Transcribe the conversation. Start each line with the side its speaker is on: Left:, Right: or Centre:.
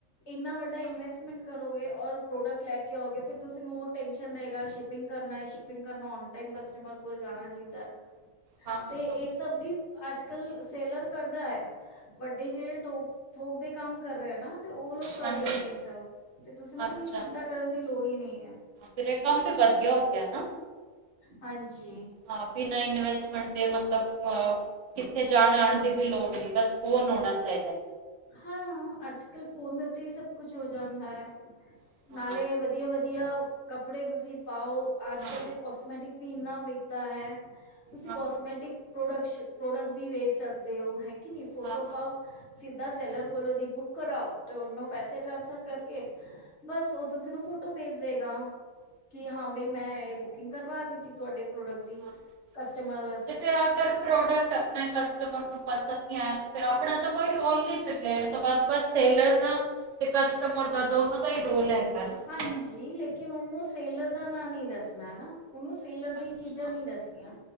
Left: ਇੰਨਾ ਵੱਡਾ
Right: ਹਾਂ
Left: ਇਨਵੈਸਟਮੈਂਟ ਕਰੋਗੇ ਔਰ ਪ੍ਰੋਡਕਟ ਲੈ ਕੇ ਆਓਗੇ, ਫਿਰ ਤੁਸੀਂ ਉਹ ਟੈਨਸ਼ਨ ਰਹੇਗਾ ਸ਼ਿਪ ਸ਼ਪਿੰਗ ਕਰਨਾ ਏ, ਸ਼ਿਪਿੰਗ ਕਰਨਾ ਔਨ ਟਾਈਮ ਕਸਟਮਰ ਕੋਲ ਜਾਣਾ ਚਾਹੀਦਾ।
Right: ਹਾਂ ਹਾਂ
Left: ਤੇ ਇਹ
Right: ਹਾਂ,
Left: ਸਭ ਵੀ, ਅੱਜ-ਕਲ ਸੇਲਰ ਕਰਦਾ ਐ। ਵੱਡੇ ਜੇੜੇ ਟੋ ਥੋਕ ਦੇ ਕੰਮ ਕਰ ਰਹੇ ਨਾ ਤੇ ਉਹ ਲੋਕ ਕਰਦੇ
Right: ਹਾਂਜੀ
Left: ਨੇ ਇਹ ਸਭ। ਤੇ ਤੁਸੀਂ ਨੂੰ
Right: ਅੱਛਾ
Left: ਕੋਈ ਚਿੰਤਾ
Right: ਹਾਂ,
Left: ਕਰਨ ਦੀ ਲੋੜ ਹੀ ਨਹੀਂ ਐ।
Right: ਫਿਰ ਇਹ ਕੰਮ ਤੇ ਵਧੀਆ ਹੋ ਗਿਆ ਨਾ।
Left: ਹਾਂਜੀ।
Right: ਹਾਂ ਬਿਨਾਂ ਇਨਵੈਸਟਮੈਂਟ ਦੇ ਮਤਲਬ ਅ ਕਿੱਥੇ ਜਾਣ -ਆਣ
Left: ਹਮ
Right: ਦੀ ਵੀ ਲੋੜ ਨੀ। ਬਸ ਫੋਨ ਆਉਣਾ ਚਾਹੀਦੈ।
Left: ਹਾਂ, ਅੱਜ- ਕੱਲ ਫੋਨ ਦੇ ਉੱਤੇ ਹੀ ਸਭ ਕੁਛ ਹੋ ਜਾਂਦਾ ਐ।
Right: ਹੈ।
Left: ਨਾਲੇ,
Right: ਹਾਂ
Left: ਵਧੀਆ- ਵਧੀਆ। ਕੱਪੜੇ ਤੁਸੀਂ ਪਾਓ, ਅੱਜ-
Right: ਹਾਂ
Left: ਕਲ ਤੇ ਕੋਸਮੈਟਿਕ ਵੀ ਇੰਨਾ ਵਿਕਦਾ ਹੈ। ਤੁਸੀਂ
Right: ਹਾਂ
Left: ਕੋਸਮੈਟਿਕ ਪ੍ਰੋਡਕਸ਼ ਪ੍ਰੋਡਕਟ ਵੀ ਵੇਚ ਸਕਦੇ ਹੋ, ਹੈ ਕੇ ਨੀ, ਫੋਟੋ
Right: ਹਾਂ
Left: ਪਾਓ। ਸਿੱਧਾ ਸੈਲਰ ਕੋਲੋਂ ਜੀ ਬੁੱਕ ਕਰਾਓ ਤੇ ਉਹਨੂੰ ਪੈਸੇ ਟ੍ਰਾਂਸਫਰ ਕਰਕੇ ਬਸ ਉਹ ਤੁਸੀਂ ਨੂੰ ਫੋਟੋ ਭੇਜ ਦਏਗਾ। ਕੀ ਹਾਂ ਬਈ ਮੈਂ ਏ ਬੁਕਿੰਗ ਕਰਵਾ ਦਿੱਤੀ ਤੁਹਾਡੇ ਪ੍ਰੋਡਕਟ ਦੀ,
Right: ਹਾਂ
Left: ਕਸਟਮਰ ਵ
Right: ਤੇ ਅਗਰ ਪ੍ਰੋਡਕਟ ਰੱਖਣਾ ਏ ਕਸਟਮਰ ਨੂੰ। ਪਸੰਦ ਨੀ ਆਇਆ ਤੇ ਫਿਰ, ਆਪਣਾ ਤਾਂ ਕੋਈ ਰੋਲ ਨੀ ਫਿਰ ਲੈਣ ਤੋਂ ਬਸ ਸੇਲਰ ਦਾ ਤੇ ਕਸਟਮਰ ਦਾ ਦੋਨੋ ਦਾ ਹੀ ਰੋਲ ਹੈਗਾ ਨਾ।
Left: ਹਾਂਜੀ। ਲੇ ਕਿਨ ਉਨੂੰ ਸੇਲਰ ਦਾ ਨਾਂ ਨੀ ਦੱਸਣਾ ਨਾ, ਉਨੂੰ ਸੇਲਰ ਦੀ
Right: ਅੱਛਾ
Left: ਚੀਜ਼ਾਂ ਨਹੀਂ ਦੱਸਣੀਆਂ।